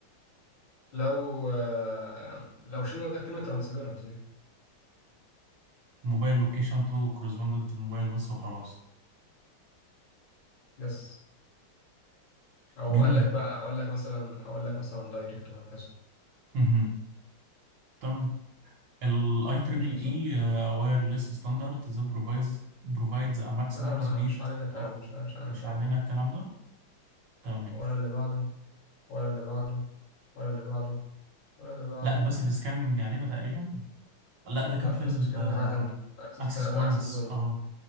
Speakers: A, on the left; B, on the right.
A: لو آه، لو شلنا كلمة ترانسبيرنت دي
B: موبايل لوكيشن تو كورسبوندنت الموبايل بس وخلاص
A: يس او
B: جميل
A: قال لك بقى اقول لك مثلا اقول لك مثلا دايركت وهكذا
B: مهم. تمام الاي تريبل
A: ماشي يا صاحبي
B: اي وايرلس ستاندرد ذا بروفايز بروفايدز ا ماكسيمم
A: لا ما-
B: سبيد
A: مش علينا الكلام
B: اوف
A: ده، مش مش علينا
B: مش
A: الكلام
B: علينا
A: ده
B: الكلام ده تمام
A: ولا اللي بعده ولا اللي بعده ولا اللي بعده ولا اللي بعده
B: لا الباسيف سكاننج علينا تقريبا لا ده كان
A: لا
B: في
A: بس
B: ال
A: سكان ده حاجة تانية اكسس
B: اكسس
A: ده
B: بوينتس
A: اكسس بوينت
B: اه access points. آه.
A: ده